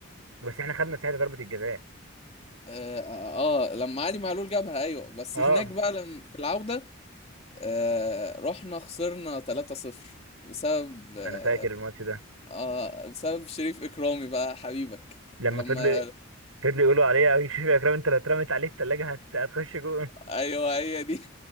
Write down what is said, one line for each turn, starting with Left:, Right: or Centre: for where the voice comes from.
Right: بس احنا خدنا ساعتها ضربة الجزاء
Left: اه آه، لما علي معلول جابها ايوه بس
Right: اه
Left: هناك بقى لم- في العودة آه، رحنا خسرنا 3-0 بسبب آه،
Right: انا فاكر الماتش ده
Left: اه بسبب شريف اكرامي بقى حبيبك
Right: لما
Left: لما
Right: فضل فضل يقولوا عليه <laughs> يا شريف يا اكرم انت لو اترمت عليه التلاجة هت... هتخش جون
Left: ايوه هي دي